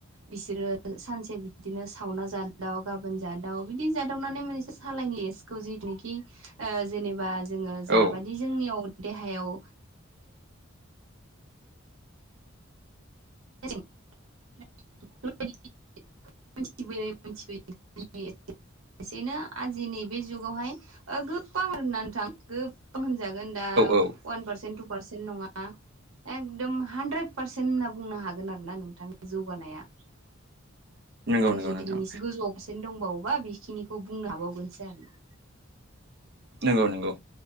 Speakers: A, on the right; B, on the right.
A: बिसोरो सानसे बिदिनो सावना जादाव गाबोन जादाव बिदि जादावनानै मोनानसो सालायनि <unintelligible> <unintelligible> जिथुखि ओ जेनेबा जोङो जाबानि
B: औ
A: जोंनियाव देहायाव ओ <unintelligible>
B: <unintelligible>
A: मिथिबोयै <unintelligible> एसेनो आजि नैबे जुगावहाय ओ गोबां होननानै नोंथां गोबां होनजागोन। दा अवान
B: औ
A: पारसेन्ट टु पारसेन्ट नङा। एकदम हानद्रेद पारसेन्ट होनना बुंनो हागोन आरो ना नोंथां। जौगानाया
B: नंगौ
A: आरो
B: नंगौ
A: जुदि
B: नोंथां
A: बिनि गोजौआव पारसेन्ट दंबावोबा बेखिनिखौ बुंनो हाबावगोनसो आरो ना।
B: नंगौ नंगौ।